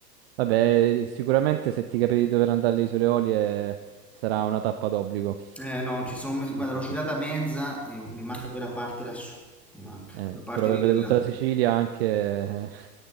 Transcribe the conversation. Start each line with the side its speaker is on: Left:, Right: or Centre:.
Right: Vabbè, sicuramente se ti capiti di dover andare alle Isole Olie sarà una tappa d'obbligo.
Centre: Eh no, ci sono mai... Guarda,
Right: Sì, sì,
Centre: l'ho girata
Right: sì, sì.
Centre: mezza, io- mi manca quella parte lassù. Mi manca,
Right: Eh,
Centre: quella parte
Right: però
Centre: lì
Right: per vedere
Centre: nell'angolo.
Right: tutta la Sicilia anche eh,